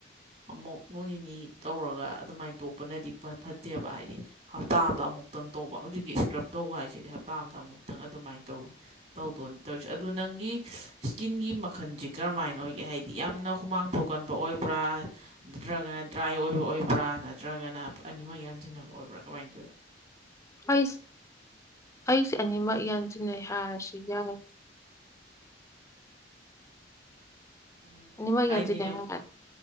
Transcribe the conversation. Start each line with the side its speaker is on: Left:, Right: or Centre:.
Right: ꯑꯃꯨꯛ ꯅꯣꯡ ꯅꯤꯅꯤ ꯇꯧꯔꯒ ꯑꯗꯨꯃꯥꯏꯅ ꯇꯣꯛꯄꯅꯗꯤ ꯐ ꯠꯇꯦꯕ ꯍꯥꯏꯗꯤ ꯍꯞꯇꯥ ꯑꯃꯗ ꯑꯃꯨꯛꯇꯪ ꯇꯧꯕ ꯍꯧꯖꯤꯛꯀꯤ ꯏꯁꯀ꯭ꯔꯞ ꯇꯧꯕ ꯍꯥꯏꯁꯤꯗꯤ ꯍꯞꯇꯥ ꯑꯃꯗ ꯑꯃꯨꯛꯇꯪ ꯑꯗꯨꯃꯥꯏꯅ ꯇꯧꯕ ꯇꯧꯗꯣꯅꯦ ꯇꯧꯔꯤꯁꯦ ꯑꯗꯨ ꯅꯪꯒꯤ ꯏꯁꯀꯤꯟꯒꯤ ꯃꯈꯜꯁꯦ ꯀꯔꯝꯍꯥꯏꯅ ꯑꯣꯏꯒꯦ ꯍꯥꯏꯗꯤ ꯌꯥꯝꯅ ꯍꯨꯃꯥꯡ ꯊꯣꯛꯀꯟꯕ ꯑꯣꯏꯕ꯭ꯔꯥ ꯅꯠꯇ꯭ꯔꯒꯅ ꯗ꯭ꯔꯥꯏ ꯑꯣꯏꯕ ꯑꯣꯏꯕ꯭ꯔꯥ ꯅꯠꯇ꯭ꯔꯒꯅ ꯑꯅꯤꯃꯛ ꯌꯥ ꯖꯤꯟꯅꯕ ꯑꯣꯏꯕ꯭ꯔꯥ ꯀꯃꯥꯏꯅ ꯇꯧꯏ
Left: ꯑꯩꯁ ꯑꯩꯁꯦ ꯑꯅꯤꯃꯛ ꯌꯥꯟꯁꯤꯟꯅꯩ ꯍꯥꯏꯔꯁꯨ ꯌꯥꯏ <unintelligible>
Right: ꯎꯝ
Left: ꯅꯤꯡꯃꯒꯤ
Right: ꯍꯥꯏꯗꯤꯅꯦ
Left: ꯌꯦꯟꯁꯤꯗꯦ ꯍꯥꯏ ꯇꯔ